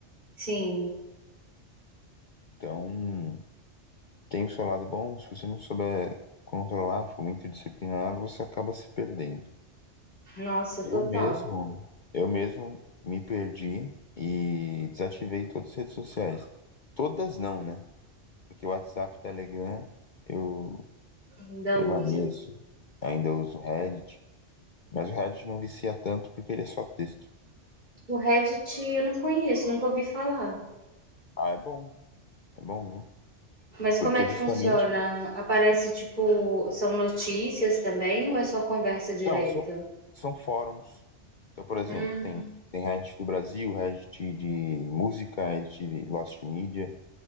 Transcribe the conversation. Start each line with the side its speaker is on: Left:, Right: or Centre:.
Right: sim.
Left: Então, tem o seu lado bom, se você não souber controlar, for muito disciplinado, você acaba se perdendo.
Right: Nossa,
Left: Eu
Right: total.
Left: mesmo, eu mesmo me perdi e desativei todas as redes sociais. Todas não, né? Porque o WhatsApp, Telegram, eu
Right: Ainda
Left: permaneço,
Right: usa.
Left: ainda uso o Reddit, mas o Reddit não vicia tanto porque ele é só texto.
Right: O Reddit eu não conheço, nunca ouvi falar.
Left: Ah, é bom, é bom, viu?
Right: Mas como
Left: Porque
Right: é que
Left: justamente,
Right: funciona? Aparece tipo, são notícias também ou é só conversa direta?
Left: não, são, são fóruns. Então, por exemplo,
Right: Hum.
Left: tem, tem Reddit do Brasil, Reddit de música, Reddit de Lost Media,